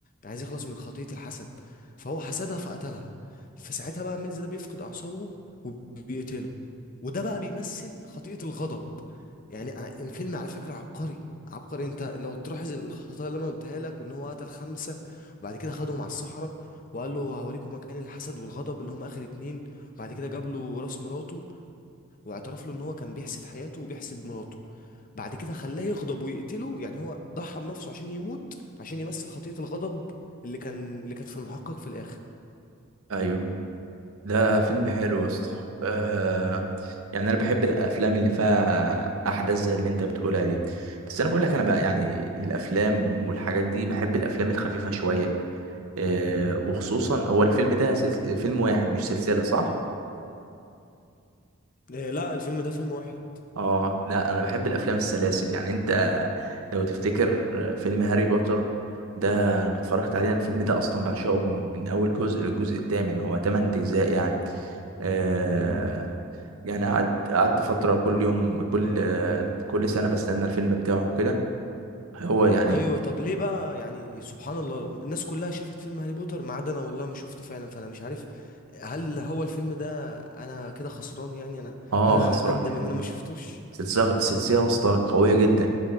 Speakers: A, on the left; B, on the right.
A: عايز يخلص من خطية الحسد فهو حسدها فقتلها فساعتها بقى ميلز ده بيفقد أعصابه وبيقتله وده بقى بيمثل خطيئة الغضب يعني أنا- الفيلم على فكرة عبقري عبقري انت لو تلاحظ الخطايا اللي انا قلتها لك وان هو قتل خمسة وبعد كده خدهم على الصحراء وقال له هوريكم مكان الحسد والغضب اللي هم اخر اتنين وبعد كده جاب له راس مراته واعترف له ان هو كان بيحسد حياته وبيحسد مراته بعد كده خلاه يغضب ويقتله يعني هو ضحى بنفسه عشان يموت عشان يمثل خطية الغضب اللي كان اللي كانت في المحقق في الاخر
B: ايوه ده فيلم حلو يا اسطى آه يعني انا بحب الافلام اللي فيها احداث زي اللي انت بتقولها دي بس انا بقول لك انا بقى يعني الافلام والحاجات دي بحب الافلام الخفيفه شويه آه، وخصوصا هو الفيلم ده سلس... فيلم واحد مش سلسلة صح؟
A: إيه لا الفيلم ده فيلم واحد
B: اه لا انا بحب الافلام السلاسل يعني انت لو تفتكر فيلم هاري بوتر ده انا اتفرجت عليه انا الفيلم ده اصلا بعشقه من, من اول جزء للجزء الثامن هو ثمان اجزاء يعني آه يعني قعد قعدت فترة كل يوم كل كل سنة بستنى الفيلم بتاعه كده هو يعني
A: ايوه طب ليه بقى يعني سبحان الله الناس كلها شافت فيلم هاري بوتر ما عدا انا والله ما شفته فعلا فانا مش عارف هل هو الفيلم ده انا كده خسران يعني انا
B: اه
A: هل انا
B: خسران
A: اندم
B: يعني.
A: ان انا ما شفتوش
B: سلسلة سلسلة يا اسطى قوية جدا